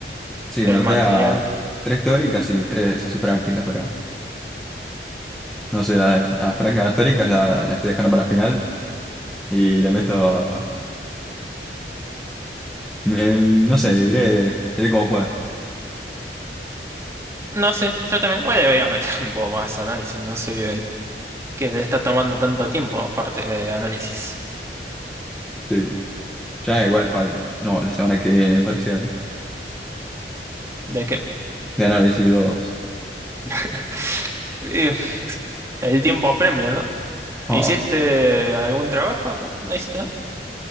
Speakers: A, in the centre; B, on the right.
A: Sí,
B: el
A: me anoté
B: material.
A: a tres teóricas y tres así prácticas, pero... No sé, la, a Franca Gastórica la, la estoy dejando para el final y le meto. me- no sé, diré, diré como pueda.
B: No sé, yo también, igual deberías meter <laughs> un poco más de análisis, no sé qué, qué te está tomando tanto tiempo, aparte de análisis.
A: Sí, ya igual para. No, la semana que viene, el parcial
B: De que
A: de análisis dos
B: <laughs> y el tiempo apremia, ¿no?
A: Oh,
B: ¿Hiciste algún trabajo? ¿No? ¿No hiciste nada?